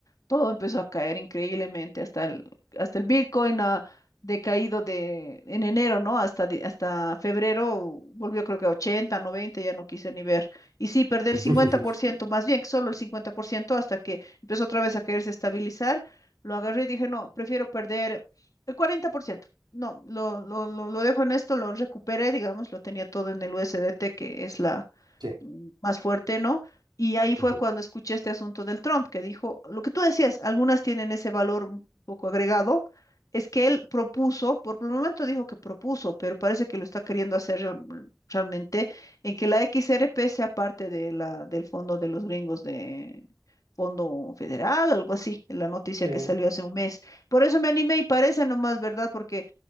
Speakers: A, on the left; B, on the right.
A: todo empezó a caer increíblemente, hasta el, hasta el Bitcoin ha decaído de, en enero, ¿no? Hasta, di- hasta febrero volvió creo que a 80, 90, ya no quise ni ver. Y sí, perdí el
B: <laughs>
A: 50%, más bien solo el 50%, hasta que empezó otra vez a quererse estabilizar, lo agarré y dije, no, prefiero perder el 40%. No, lo, lo, lo, lo dejo en esto, lo recuperé, digamos, lo tenía todo en el USDT, que es la,
B: Sí.
A: mm, más fuerte, ¿no? Y ahí fue
B: Ujú.
A: cuando escuché este asunto del Trump, que dijo, lo que tú decías, algunas tienen ese valor un poco agregado, es que él propuso, por el momento dijo que propuso, pero parece que lo está queriendo hacer real- realmente, en que la XRP sea parte de la, del fondo de los gringos de Fondo Federal, algo así, en la noticia
B: Sí,
A: que salió hace un mes. Por eso me animé y parece nomás, ¿verdad? Porque